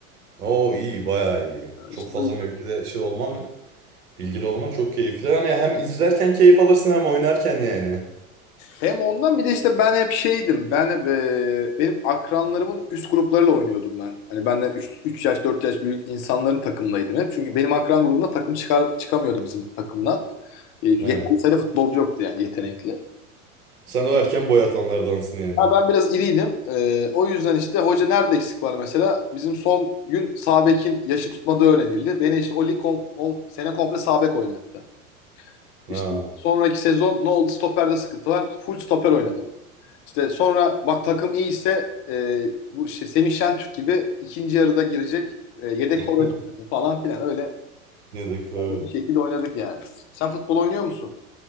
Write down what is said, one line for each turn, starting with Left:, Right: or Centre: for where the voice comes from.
Right: Oo iyi bayağı iyi. Çok
Left: İşte
Right: fazla
Left: o
Right: mevkide şey olman Bilgili olman çok keyifli. Hani hem izlerken keyif alırsın hem oynarken yani.
Left: Hem ondan bir de işte ben hep şeydim. Ben hep e, benim akranlarımın üst gruplarıyla oynuyordum ben. Hani benden 3 yaş 4 yaş büyük insanların takımlaydım hep. Çünkü benim akran grubumda takım çıkar çıkamıyordu bizim takımdan. E, yeterli
Right: Ha.
Left: sayıda futbolcu yoktu yani yetenekli.
Right: Sen de o erken boy atanlardansın yani.
Left: Ha, ben biraz iriydim. E, o yüzden işte hoca nerede eksik var mesela? Bizim son gün sağ bekin yaşı tutmadığı öğrenildi. Beni işte o lig kom- o sene komple sağ bek oynattı.
Right: Ha.
Left: İşte sonraki sezon ne oldu? Stoperde sıkıntı var. Full stoper oynadım. İşte sonra bak takım iyi ise e, bu şey, Semih Şentürk gibi ikinci yarıda girecek e, yedek
Right: <laughs>
Left: forvet oynadım falan filan öyle
Right: Ne dedik bu, evet.
Left: bir şekilde oynadık yani. Sen futbol oynuyor musun?